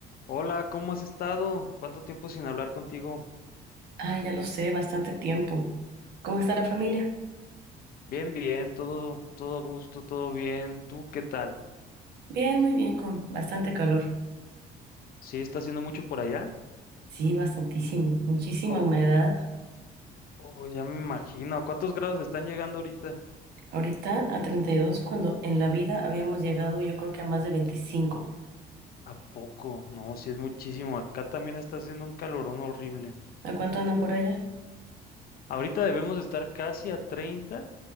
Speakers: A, on the left; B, on the right.
A: Hola, ¿cómo has estado? ¿Cuánto tiempo sin hablar contigo?
B: Ay, ya lo sé, bastante tiempo. ¿Cómo está la familia?
A: Bien, bien, todo, todo a gusto, todo bien. ¿Tú qué tal?
B: Bien, muy bien, con bastante calor.
A: ¿Sí está haciendo mucho por allá?
B: Sí, bastantísimo, muchísima
A: Con,
B: humedad.
A: oh, ya me imagino. ¿A cuántos grados están llegando ahorita?
B: Ahorita a 32. cuando en la vida habíamos llegado yo creo que a más de 25.
A: ¿A poco? No, sí es muchísimo. Acá también está haciendo un calorón horrible.
B: ¿A cuánto andan por allá?
A: Ahorita debemos estar casi a 30,